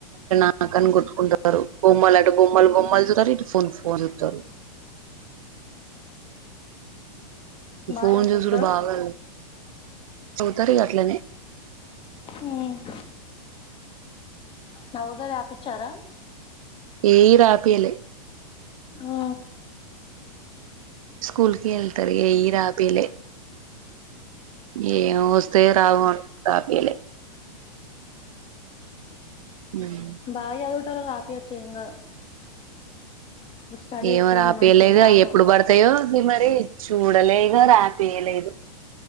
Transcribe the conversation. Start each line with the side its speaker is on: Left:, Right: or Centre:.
Right: మాకని కొట్టుకుంటారు బొమ్మలు ఆట బొమ్మ వాళ్ళు బొమ్మలు చూస్తారు ఇటు ఫోన్ ఫోన్ చూత్తరు
Left: బాగా
Right: ఫోన్ చూసుడు
Left: చదువుతారు ఇద్దరు
Right: బాగా చదువుతారు ఇగ అట్లనే
Left: ఉమ్ నవోదయ రాపిచ్చారా
Right: ఏయి రాపిలే
Left: ఆ
Right: స్కూల్ కి వెళ్తారు ఏయ్యి రాపిలే ఏ వస్తాయో రావో అని రాపియలే ఉమ్
Left: బావి అదుగుట్టలో రాపియ్యాచు ఏం కాదు ఇప్పుడు స్టడీ
Right: ఏమో
Left: ఎక్కువ
Right: రాపియలేదు
Left: ఉంది మంచిగా మ్యాథ్
Right: అవి ఎప్పుడు పడతాయో మరి చూడలేగా రాపియలేదు